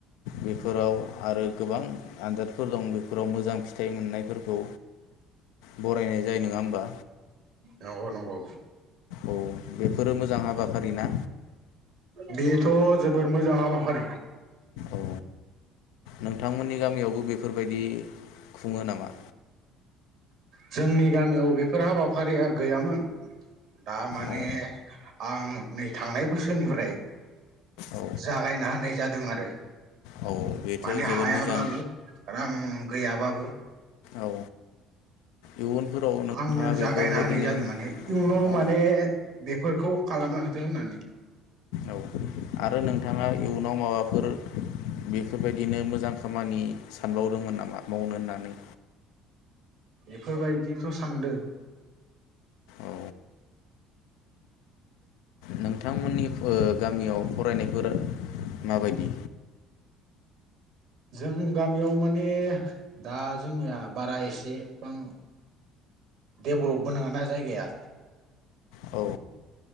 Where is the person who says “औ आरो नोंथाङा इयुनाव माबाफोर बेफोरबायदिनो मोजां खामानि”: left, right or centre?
Left